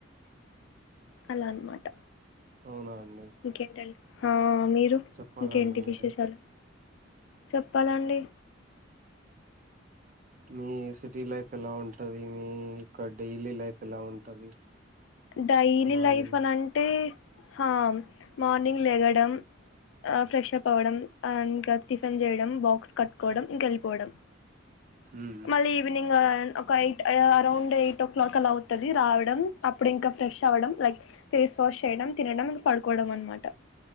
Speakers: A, on the left (about 75°); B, on the right (about 45°).
A: అలా అన్నమాట.
B: అవునా అండి
A: ఇంకేంటండి? హా మీరు?
B: చెప్పాలండి
A: ఇంకేంటి
B: మీరే
A: విశేషాలు? చెప్పాలండి.
B: మీ సిటీ లైఫ్ ఎలా ఉంటది? మీ క్క డైలీ లైఫ్ ఎలా ఉంటది?
A: డైలీ
B: మార్నింగ్
A: లైఫ్ అనంటే హా మార్నింగ్ లేగడం ఆ ఫ్రెష్ అప్ అవడం. ఆ ఇంకా టిఫెన్ చేయడం, బాక్స్ కట్టుకోవడం, ఇంక ఎళ్ళిపోవడం.
B: మ్
A: మళ్ళీ ఈవినింగ్, ఆ ఒక eight around eight o'clock అలా అవుతది రావడం. అప్ ప్పుడు ఇంక ఫ్రెష్ అవ్వడం లైక్ ఫేస్ వాష్ చేయడం, తినడం, పడుకోవడం అనమాట.